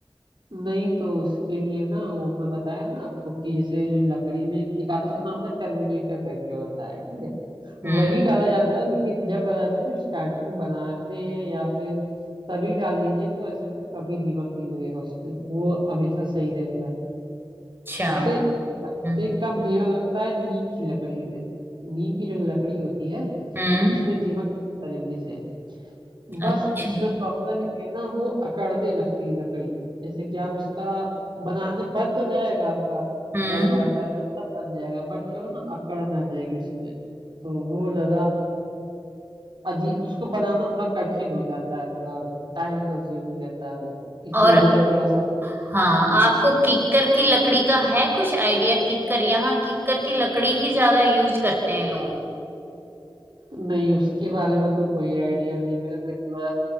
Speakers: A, on the right (about 55°); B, on the right (about 25°).
A: नहीं तो उसके लिए ना वो मैं बताया ना आपको कि जैसे जो लकड़ी में एक एक आता है, उसका नाम होता है टर्मिनेटर करके होता है ठीक है
B: हम्म
A: वही डाला जाता है लेकिन जब डाला जाता है जब स्टार्टिंग में बनाते हैं या फिर तभी डाल दीजिए तो ऐसे फिर कभी दीमक नहीं लगेगा उसमें वो हमेशा सही रहेगा
B: अच्छा
A: वैसे
B: हम्म
A: से कम दीमक लगता है नीम की लकड़ी में नीम की जो लकड़ी होती है
B: हम्म
A: उसमें दीमक लगता है जल्दी से
B: अच्छा
A: बस उसमें प्रॉब्लम ये है ना वो अकड़ने लगती है लकड़ी जैसे कि आप उसका बनाने बन तो जाएगा आपका
B: हम्म
A: दरवाजा वगैरह सब बन जाएगा बट क्या होगा ना अकड़न आ जाएगी उसमें तो वो ज्यादा अजीब उसको बनाना थोड़ा कठिन हो जाता है थोड़ा और टाइम कंज्यूमिंग रहता है वो
B: और
A: इसी वजह से थोड़ा सा
B: हाँ आपको किक्कर की लकड़ी का है कुछ आइडिया किक्कर यहाँ किक्कर की लकड़ी ही ज्यादा यूज करते हैं लोग
A: नहीं उसके बारे में तो कोई आइडिया नहीं मेरे को इतना